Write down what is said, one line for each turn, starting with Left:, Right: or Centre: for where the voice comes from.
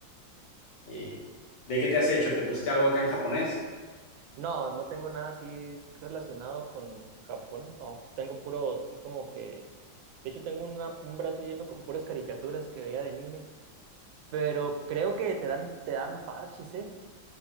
Left: Y, ¿de qué te has hecho? ¿Te pusiste algo acá en japonés?
Right: No, no tengo nada así relacionado con Japón, no. Tengo puro, así como que... De hecho, tengo una- un brazo lleno con puras caricaturas que veía de niño. Pero creo que te dan, te dan parches, ¿eh?